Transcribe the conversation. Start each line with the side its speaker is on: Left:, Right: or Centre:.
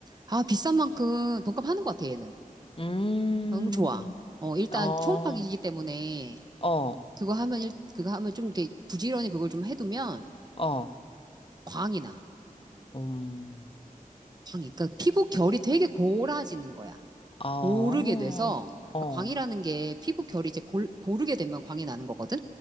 Right: 아, 비싼 만큼 돈값 하는 것 같아, 얘는.
Left: 음.
Right: 너무 좋아. 어, 일단
Left: 어.
Right: 초음파 기기이기 때문에
Left: 어.
Right: 그거 하면 일, 그거 하면 좀 이렇게 부지런히 그걸 좀 해두면
Left: 어.
Right: 광이 나.
Left: 음.
Right: 광이. 그러니까 피부 결이 되게 고라지는 거야.
Left: 어.
Right: 고르게 돼서
Left: 어.
Right: 그러니까 광이라는 게 피부 결이 이제 골- 고르게 되면 광이 나는 거거든.